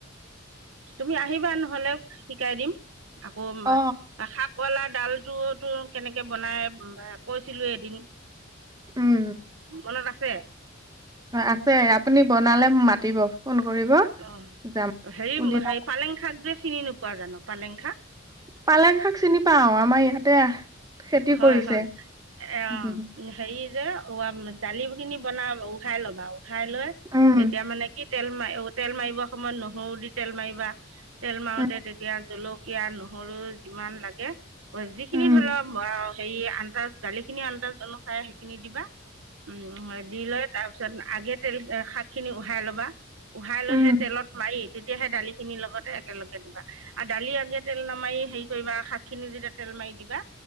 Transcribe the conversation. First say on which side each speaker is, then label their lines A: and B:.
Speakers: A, on the right; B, on the right.
A: তুমি আহিবা নহলে শিকাই দিম। আকৌ
B: অ
A: সাত কলা ডালটোতো কেনেকে বনাই কৈছিলো এদিন
B: উম
A: মনত আছে
B: আছে আপুনি বনালে মাতিব ফোন কৰিব।
A: অ',
B: যাম
A: হেৰি
B: কোনদিনা
A: হে পালেং শাক যে চিনি নোপোৱা জানো পালেং শাক
B: পালেং শাক চিনি পাও আমাৰ ইয়াতে খেতি
A: হয়
B: কৰিছে
A: হয় অ',
B: উম
A: হেৰি যে দালি খিনি বনাব উখাই লবা উখাই লৈ
B: উম
A: তেতিয়া মানে কি তেল মাৰি তেল মাৰিব সময়ত নহৰু দি তেল মাৰিবা তেল মাৰোতে
B: উম
A: তেতিয়া জলুক জলকিয়া নহৰু যিমান লাগে যিখিনি
B: উম
A: ধৰি লক হেৰি আন্তাজ দালিখিনি আন্তাজ অনুসাৰে সেইখিনি দিবা উম দি লৈ তাৰ তাৰপিছত আগে তেল শাক খিনি উহাই লবা উহাই লৈহে
B: উম।
A: তেলত মাৰি তেতিয়াহে দালি খিনিৰ লগতে একেলগে দিবা আৰু দালি আগে তেল নামাৰি হেৰি কৰিবা শাক খিনি যেতিয়া তেল মাৰি দিবা